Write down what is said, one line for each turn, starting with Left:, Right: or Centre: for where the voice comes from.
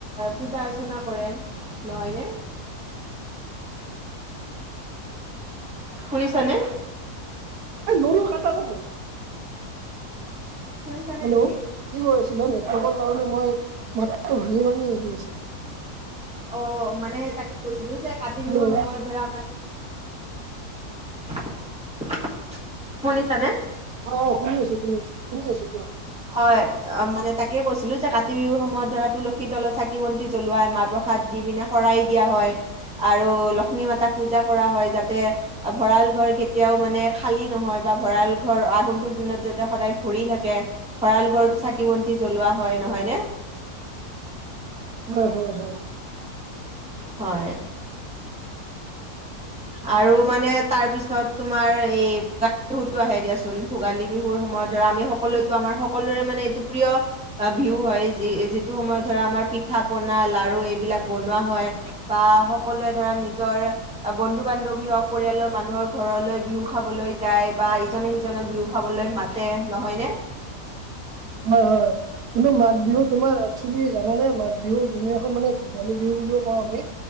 Centre: পূজা অৰ্চনা কৰে। নহয়নে? শুনিছানে?
Right: এই নৰু কাটা যাব।
Centre: শুনিছানে
Right: হেল্ল',
Centre: তুমি
Right: কি হৈ আছিলে, নেটৱৰ্কৰ কাৰণে
Centre: শু-
Right: মই মাতটো ভাঙি ভাঙি আহি আছে।
Centre: অ', মানে তাকে কৈছিলো যে কাতি
Right: হেল্ল'
Centre: বিহুৰ সময়ত ধৰা <unintelligible> শুনিছানে?
Right: অ', শুনি আছো শুনি আছো, শুনি আছো কোৱা।
Centre: হয় মানে তাকে কৈছিলো যে কাতি বিহুৰ সময়ত ধৰা তুলসীৰ তলত চাকি বন্তি জ্বলোৱাই মা প্ৰসাদ দি পিনে শৰাই দিয়া হয় আৰু লক্ষ্মী মাতাক পূজা কৰা হয় যাতে ভঁৰাল ঘৰ কেতিয়াও মানে খালী নহয় বা ভঁৰাল ঘৰ আগন্তুক দিনত যাতে সদায় ভৰি থাক <unintelligible> ভৰাল ঘৰতো চাকি বন্তি জ্বলোৱা হয় নহয় নে?
Right: হয় হয় হয়।
Centre: হয়। আৰু মানে তাৰপিছত তোমাৰ এই বিহুতো আহে দিয়াচোন ভোগালী বিহুৰ সময়ত ধৰা আমি সকলোতো আমাৰ সকলোৰে মানে এইটো প্ৰিয় বিহু হয় যি-যিটো সময়ত ধৰা আমাৰ পিঠা পনা লাৰু এইবিলাক ব বনোৱা হয় বা সকলোৱে ধৰা নিজৰ বন্ধু বান্ধৱী হওক পৰিয়ালৰ মানুহৰ ঘৰলৈ বিহু খাবলৈ যায় বা ইজনে সিজনক বিহু খাবলৈ মাতে, নহয়নে?
Right: হয় হয়। কিন্তু মাঘ বিহু তোমাৰ একচুৱেলি জানা নে মাঘ বিহু যোন এখন মানে ভোগালী বিহু বুলিও কওঁ আমি